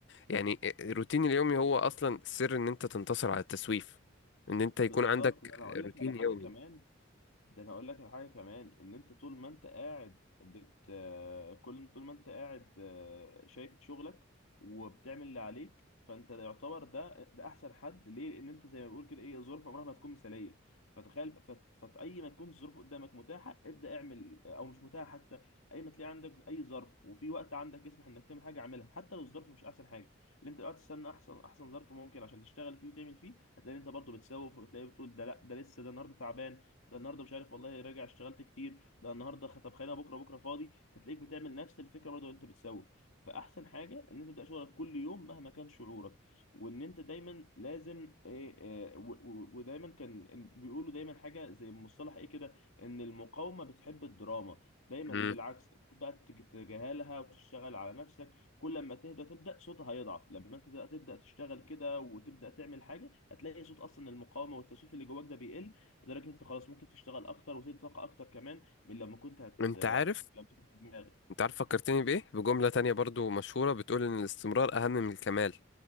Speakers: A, on the left (about 60°); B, on the left (about 80°).
A: يعني الروتين اليومي هو اصلا سر ان انت تنتصر على التسويف ان انت يكون
B: بالظبط
A: عندك
B: ده انا اقول لك
A: روتين
B: على حاجه
A: يومي
B: كمان ده انا اقول لك الحاجه كمان ان انت طول ما انت قاعد بت آه، كل طول ما انت قاعد آه، شايف شغلك وبتعمل اللي عليك فانت ده يعتبر ده ده احسن حد ليه لان انت زي ما بيقول كده ايه الظروف عمرها ما تكون مثاليه فتخيل فاي ما تكون الظروف قدامك متاحه ابدا اعمل آه، او مش متاحه حتى اي ما تلاقي عندك اي ظرف وفي وقت عندك يسمح انك تعمل حاجه اعملها حتى لو الظرف مش احسن حاجه اللي انت دلوقتي تستنى احسن احسن ظرف ممكن عشان تشتغل فيه وتعمل فيه هتلاقي إن انت برضه بتسوف وبتلاقي بتقول ده لا ده لسه ده النهارده تعبان ده النهارده مش عارف والله راجع اشتغلت كتير ده النهارده خطب خانه بكره بكره فاضي فتلاقيك بتعمل نفس الفكره برضه وانت بتسوف فاحسن حاجه ان انت تبدا شغلك كل يوم مهما كان شعورك وان انت دايما لازم ايه آه، و- و- ودايما كان إن- بيقولوا دايما حاجه زي مصطلح ايه كده ان المقاومه بتحب الدراما دايما
A: مم.
B: بالعكس خد بقى تج- تتجاهلها وتشتغل على نفسك كل ما تهدى تبدا صوتها هيضعف لما انت تبدا تبدأ تشتغل كده وتبدا تعمل حاجه هتلاقي صوت اصلا المقاومه والتسويف اللي جواك ده بيقل لدرجه إن انت خلاص ممكن تشتغل اكتر وتزيد طاقه اكتر كمان من لما كنت هت
A: انت عارف
B: لما كنت في دماغك
A: انت عارف فكرتني بايه بجملة تانية برضو مشهورة بتقول ان الاستمرار اهم من الكمال